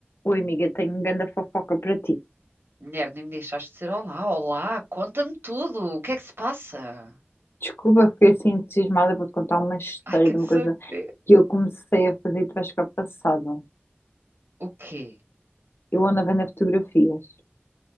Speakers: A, on the left; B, on the right.
A: Oi, amiga, tenho uma grande fofoca para ti.
B: Mulher, nem me deixaste dizer olá, olá, conta-me tudo, o que é que se passa?
A: Desculpa, fiquei assim entusiasmada. Vou-te contar uma história
B: Ai, quer
A: de uma
B: saber?
A: coisa que eu comecei a fazer e tu vais ficar passada.
B: O quê?
A: Eu ando a vender fotografias.